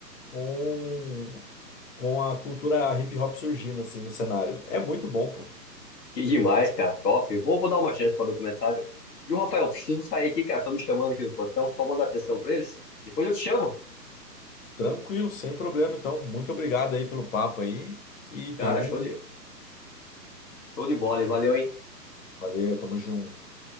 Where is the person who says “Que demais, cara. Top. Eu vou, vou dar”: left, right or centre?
Left